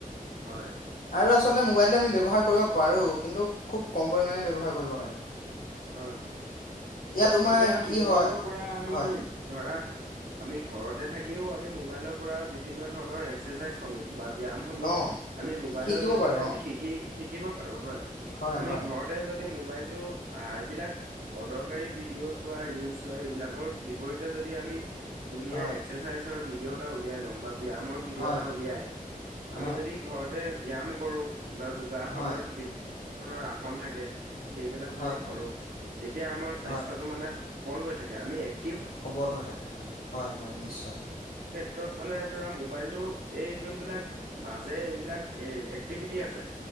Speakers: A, on the right; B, on the left.
A: হয়।
B: আৰু আচলতে মোবাইলটো আমি ব্যৱহাৰ কৰিব পাৰো কিন্তু খুব কম পৰিমাণে ব্যৱহাৰ কৰিব লাগে।
A: হয় হয়
B: তোমাৰ
A: এতিয়া
B: কি
A: মোবাইলৰ
B: হয়
A: পৰা আমি-
B: হয়
A: ধৰা আমি ঘৰ- ত'তে থাকিও আমি মোবাইলৰ পৰা বিভিন্ন ধৰণৰ এক্সাৰচাইজ হমোঁ- বা ব্যয়াম সমূহ
B: অঁ
A: আমি মোবাইলৰ
B: শিকিব
A: জৰিয়তে
B: পাৰোঁ
A: আমি
B: অঁ
A: শিকিব - শিকিব পাৰো হয়।
B: হয়
A: আমি
B: হয়
A: ঘৰতে যদি মোবাইল- টো- এইবিলাক অদৰকাৰী ভিডিঅ' চোৱা, ৰিলচ চোৱা এইবিলাকৰ বিপৰীতে যদি আমি- ধুনীয়া
B: হয়
A: এক্সাৰচাইজ- ভিডিঅ' এটা উলিয়াযই লওঁ বা- ব্যায়ামৰ ভিডিঅ'
B: হয়
A: এটা উলিয়াই
B: হয়
A: আমি যদি ঘৰত- তে ব্যায়াম কৰোঁ- বা যোগাসনৰ-
B: হয়
A: নৰ আসন থাকে। সেইবিলাক
B: হয়
A: যদি- কৰো
B: হয়
A: তেতিয়া আমাৰ স্বাস্থ্যটো
B: হয়
A: মানে- বল হৈ থাকে। আমি এক-
B: সবল হৈ থাকে হয় হয় হয় নিশ্চয়।
A: ক্ষ্ৰত মানে ধৰা মোবাইলটো এই যোনবিলাক বাজে এইবিলাক এ এক্টিভিটি আছে।